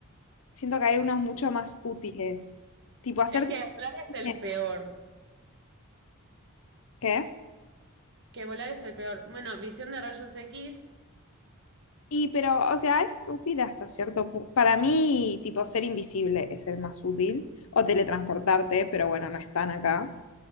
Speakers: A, on the left; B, on the right.
A: siento que hay unos mucho más útiles. Tipo, hacer...
B: Es que volar es el
A: <laughs>
B: peor.
A: ¿Qué?
B: Que volar es el peor. Bueno, visión de rayos X.
A: Y pero, o sea, es útil hasta cierto punto. Para mí, tipo, ser invisible es el más útil. O teletransportarte, pero bueno, no están acá.